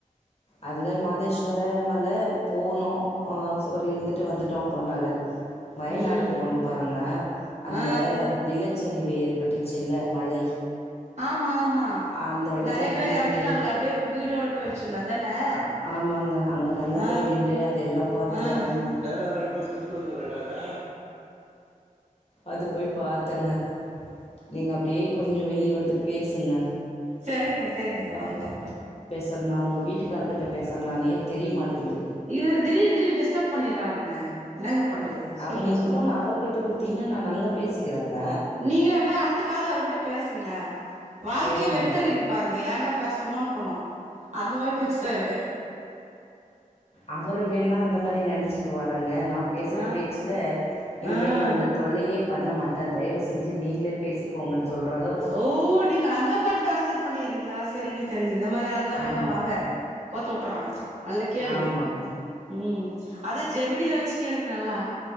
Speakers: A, on the left; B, on the right.
A: அதுல மாதேஸ்வரமல போனோ அ ஒரு இருந்துட்டு வந்துட்டோ ஒரு நாளு வயநாடு
B: ம்
A: போனோ பாருங்க அந்த
B: ஆ
A: நிலச்சரிவு ஏற்பட்டுச்சுல மலை
B: ஆமா ஆமா
A: அந்த இடத்த
B: நெறைய
A: அப்படியே
B: பேர் எறந்துட்டாங்ள
A: வீடியோ
B: அப்டியே வீடோட போய்ர்ச்சுங்ளா அதான
A: ஆ ஆமாங்க அங்கே தாங்க
B: ஆ
A: போய் நின்று அதெல்லாம் பார்த்துட்டு
B: ஆ
A: வந்தேங்க
B: <unintelligible> நடந்தா
A: அது போய் பாத்தங்க நீங்க அப்டியே கொஞ்சோ வெளிய வந்து பேசுங்க
B: செரிங்க செரிங்க தோ வன்ட்டே
A: <unintelligible> நா உங்க வீட்டுக்கார்கிட்ட பேசறனானே தெரியமாட்டன்து
B: இவ்ரு திடீர் திடீர் டிஸ்டர்ப் பண்ணிட்றாங்க என்னங்க பண்றது
A: அப்போ
B: சொல்லுங்க
A: நீங்க
B: சொல்லுங்க
A: ஃபோன் அவருகிட்ட குடுத்தீங்கன்னா நானு அங்க பேசிக்கிறேங்க
B: நீங்க வேண்ணா அடுத்த கால்ல அவருகிட்ட பேசுங்களே வாழ்க்கையே
A: சரிங்க
B: வெறுத்துடுவீங்க பாருங்க ஏன்டா பேசணுமோ இக்கணு அந்த மாரி பேச்சுவாரு
A: அவரு வேண்ணா அந்த மாரி நெனைச்சிகுவாருங்க நா பேசுற
B: ஆ
A: பேச்சுல இனிமேலு
B: ஆ
A: உங்கள தொல்லயே பண்ண மாட்டே தயவு செஞ்சு நீங்களே பேசிக்கோங்கன்னு சொல்ற அள
B: ஓ நீங்க அந்த மாரி டார்ச்சரு பண்ணிடுறீங்களா செரிங்க செரிங்க இந்த மாரி ஆள் தா வேணு
A: ஆமாம்
B: வாங்க கோத்து விட்டுர்றே நல்லா கேளுங்க
A: ஆமாங்க
B: ம் அது ஜெமினிய வச்சு கேளுங்க நல்லா